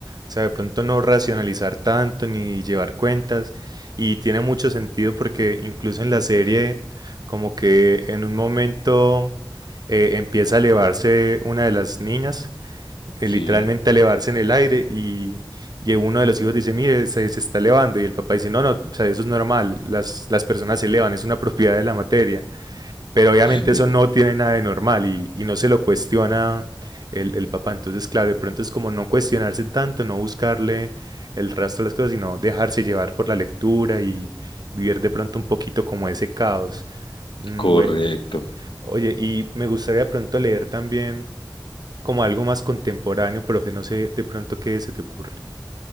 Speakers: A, on the right; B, on the left.
A: O sea, de pronto no racionalizar tanto ni llevar cuentas. Y tiene mucho sentido porque incluso en la serie, como que en un momento eh, empieza a elevarse una de las niñas, eh,
B: Sí,
A: literalmente a elevarse en el aire y, y uno de los hijos dice, mire, se, se está elevando. Y el papá dice, no, no, o sea, eso es normal, las, las personas se elevan, es una <laughs> propiedad de la materia. Pero
B: <laughs>
A: obviamente eso no tiene nada de normal y, y no se lo cuestiona el, el papá. Entonces, claro, de pronto es como no cuestionarse tanto, no buscarle el rastro de las cosas, sino dejarse llevar por la lectura y vivir de pronto un poquito como ese caos. Mm,
B: correcto.
A: Bueno, oye, y me gustaría de pronto leer también como algo más contemporáneo, profe, no sé de pronto qué se te ocurre.